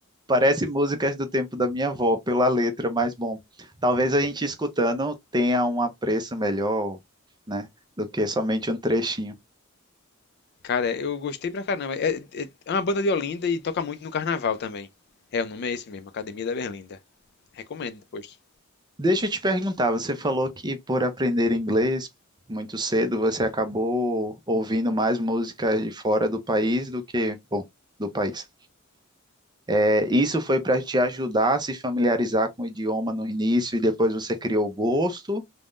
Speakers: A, on the right; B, on the left.
A: Parece músicas do tempo da minha avó, pela letra, mas bom, talvez a gente escutando tenha um apreço melhor, né, do que somente um trechinho.
B: Cara, eu gostei pra caramba. É, é- é uma banda de Olinda e toca muito no carnaval também. É, o nome é esse mesmo, Academia da Berlinda. Recomendo depois.
A: Deixa eu te perguntar, você falou que por aprender inglês muito cedo, você acabou ouvindo mais músicas de fora do país do que, bom, do país. É, isso foi para te ajudar a se familiarizar com o idioma no início e depois você criou gosto,